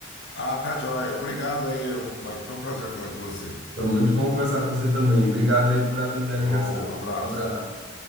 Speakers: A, on the left; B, on the right.
A: Ah, tá joia. Obrigado aí, Mike. Foi um prazer falar com você.
B: Foi muito bom conversar com você também. Obrigado aí por atender a
A: Falou,
B: ligação.
A: um abraço.
B: Um abraço.